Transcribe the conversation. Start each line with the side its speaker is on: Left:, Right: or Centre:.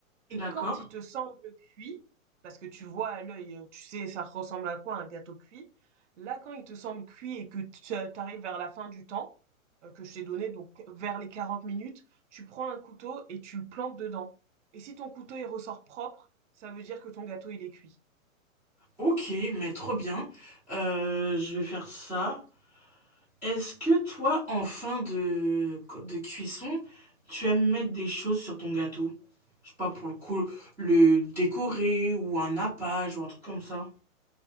Right: Et
Centre: D'accord.
Right: quand il te semble cuit, parce que tu vois à l'œil, euh, tu sais, ça ressemble à quoi un gâteau cuit, là, quand il te semble cuit et que tu arrives vers la fin du temps, euh, que je t'ai donné, donc vers les 40 minutes, tu prends un couteau et tu le plantes dedans. Et si ton couteau, il ressort propre, ça veut dire que ton gâteau, il est cuit.
Centre: Ok, mais trop bien. Euh, je vais faire ça. Est-ce que toi, en fin de, de cuisson, tu aimes mettre des choses sur ton gâteau? Je sais pas, pour le cou- le décorer ou un nappage ou un truc comme ça.